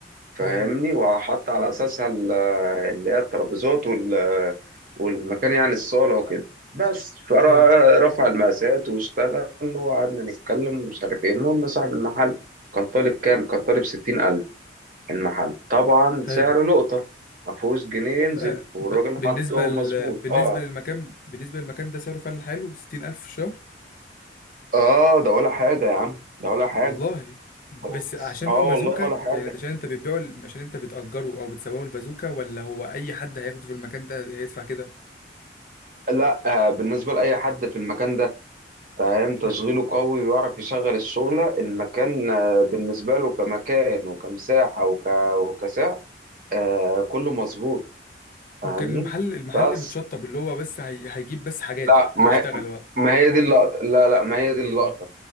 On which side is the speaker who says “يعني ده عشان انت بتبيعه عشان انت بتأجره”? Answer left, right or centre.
Left